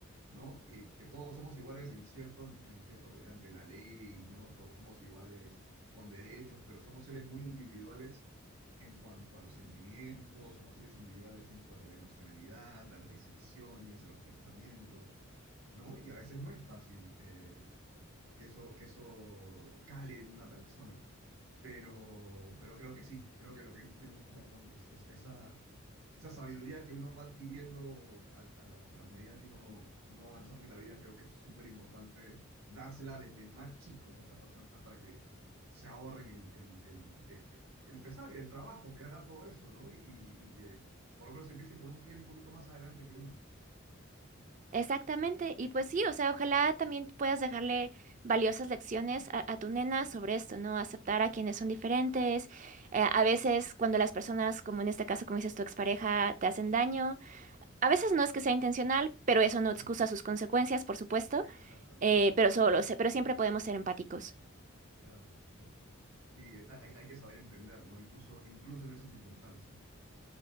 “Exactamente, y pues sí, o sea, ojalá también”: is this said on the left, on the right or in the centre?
Right